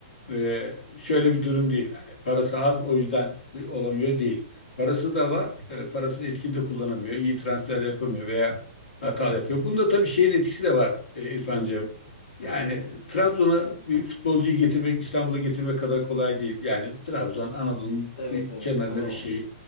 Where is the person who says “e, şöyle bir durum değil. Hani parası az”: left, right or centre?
Left